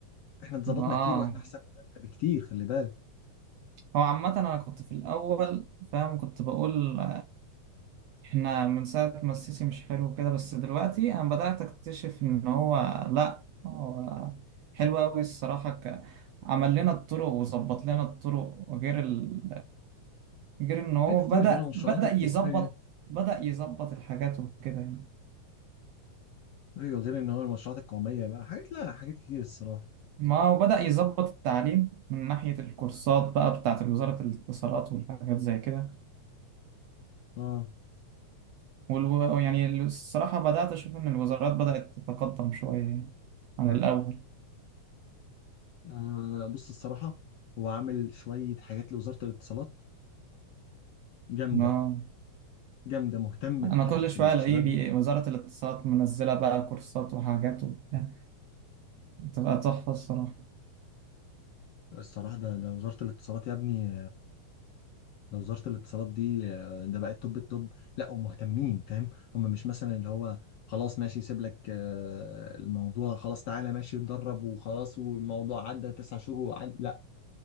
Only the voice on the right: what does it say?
ما آه
هو عامة أنا كنت في الأول فاهم كنت بقول احنا من ساعة ما السيسي مش حلو كده بس دلوقتي انا بدأت اكتشف ان هو لا هو حلو قوي الصراحة ك... عمل لنا الطرق وظبط لنا الطرق وغير ال... غير ان هو
بدأ
بدأ
يظبط بدأ يظبط الحاجات وكده يعني
ما هو بدأ يظبط التعليم من ناحية الكورسات بقى بتاعة وزارة الاتصالات والحاجات زي كده
والو... يعني الصراحة بدأت أشوف إن الوزارات بدأت تتقدم شوية يعني عن الأول
آه.
انا
كل شويه
الاقيه بي-
وزاره الاتصالات منزله بقى كورسات وحاجات وبتاع بتبقى تحفه الصراحه